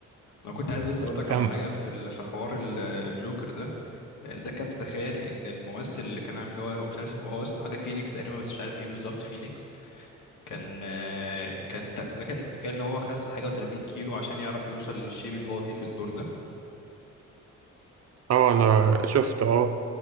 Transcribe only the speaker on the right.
كان
اه انا شفت اه